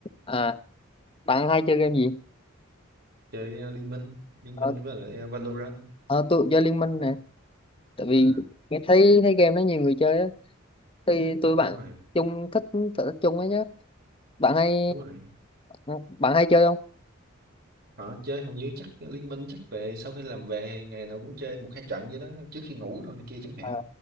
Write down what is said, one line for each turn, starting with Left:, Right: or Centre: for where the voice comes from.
Left: À, bạn hay chơi game gì?
Right: chơi ờ, Liên Minh, Liên
Left: Ờ,
Right: Minh với lại ờ, Valorant.
Left: ờ, tôi cũng chơi Liên Minh
Right: Tức
Left: nè,
Right: là-
Left: tại vì
Right: À,
Left: nghe thấy thấy game đó nhiều người chơi á, thì tôi bạn
Right: đúng rồi,
Left: chung thích sở thích chung ấy nhá. Bạn hay
Right: đúng rồi.
Left: ờ, bạn hay chơi không?
Right: Họ chơi hầu như chắc Liên Minh chắc về sau khi làm về thì ngày nào cũng chơi một hai trận vậy đó trước khi ngủ rồi này kia chẳng hạn.
Left: À,